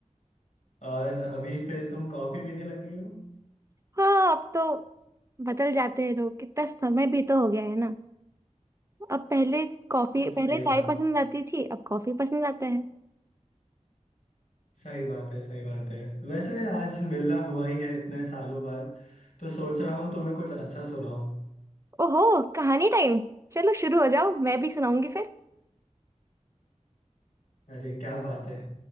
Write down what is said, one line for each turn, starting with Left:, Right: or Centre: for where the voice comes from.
Left: और अभी फिर तुम कॉफी पीने लग गई हो
Right: हाँ अब तो बदल जाते हैं लोग कितना समय भी तो हो गया है ना अब पहले कॉफी
Left: सही
Right: पहले चाय
Left: बात
Right: पसंद आती थी अब कॉफी पसंद आता है
Left: सही बात है सही बात है वैसे आज मिलना हुआ ही है इतने सालों बाद तो सोच रहा हूँ तुम्हें कुछ अच्छा सुनाऊं
Right: ओहो कहानी टाइम चलो शुरू हो जाओ मैं भी सुनाऊंगी फिर
Left: अरे क्या बात है